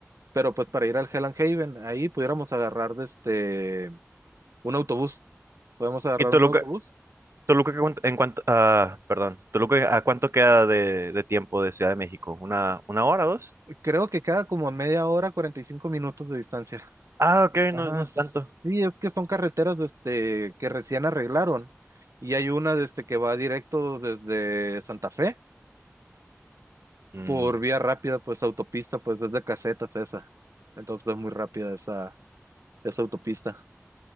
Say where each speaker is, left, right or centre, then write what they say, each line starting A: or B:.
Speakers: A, on the right; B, on the right.
A: pero pues para ir al Hell and Haven, ahí pudiéramos agarrar de este, un autobús. Podemos agarrar
B: ¿Y Toluca,
A: un autobús.
B: Toluca, ¿a cuánto- en cuanto, ah, perdón, Toluca, ¿a cuánto queda de, de tiempo de Ciudad de México? ¿Una, una hora, o dos?
A: Creo que queda como a media hora, 45 minutos de distancia.
B: Ah, ok,
A: Ajá,
B: no, no es
A: sí,
B: tanto.
A: es que son carreteras de este, que recién arreglaron. Y hay una de este, que va directo desde Santa Fe
B: Mm,
A: por vía rápida, pues autopista, pues es de casetas esa. Entonces es muy rápida esa, esa autopista.